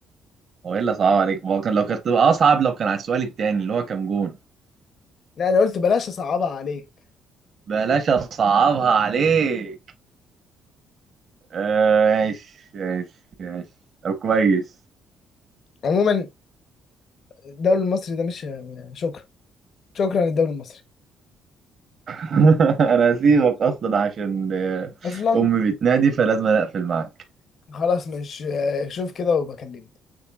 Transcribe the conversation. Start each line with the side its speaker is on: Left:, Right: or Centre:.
Right: والا صعب عليك ما هو كان لو كانت تبقى اصعب لو كان على السؤال الثاني اللي هو كام جون
Left: لا انا قلت بلاش اصعبها عليك
Right: بلاش اصعبها عليك آه، ماشي ماشي ماشي طب كويس
Left: عموما الدوري المصري ده مش شكرا شكرا للدوري المصري
Right: <laughs> انا هسيبك اصلا عشان آه،
Left: اصلا
Right: امي بتنادي فلازم أنا اقفل معاك
Left: خلاص مش شوف كده وبكلمك